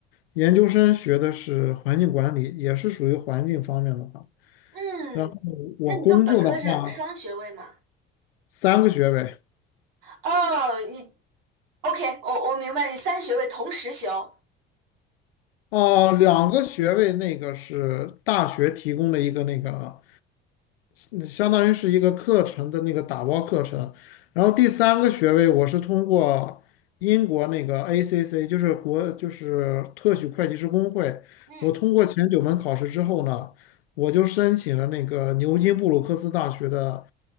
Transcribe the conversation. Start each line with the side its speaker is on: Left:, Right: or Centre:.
Left: 研究生学的是环境管理，也是属于环境方面的吧。
Right: 嗯，
Left: 然后我工作的话，
Right: 那你就本科是双学位嘛？
Left: 三个学位。
Right: 哦，你。OK，我我明白你三学位同时修。
Left: 哦，两个学位，那个是大学提供的一个那个，嗯相当于是一个课程的那个打包课程。然后第三个学位，我是通过英国那个 ACC，就是国就是特许会计师工会，
Right: 嗯，
Left: 我通过前九门考试之后呢，我就申请了那个牛津布鲁克斯大学的